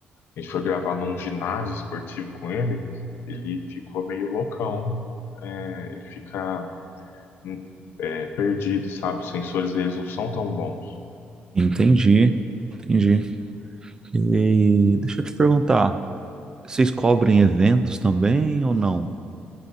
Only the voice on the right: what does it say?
Entendi. Entendi. E deixa eu te perguntar, vocês cobrem eventos também ou não?